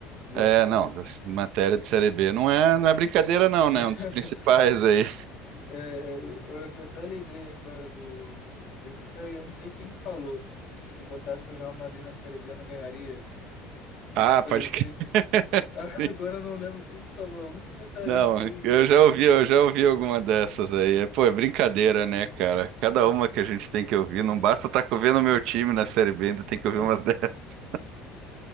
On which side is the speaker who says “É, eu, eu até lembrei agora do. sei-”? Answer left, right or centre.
Left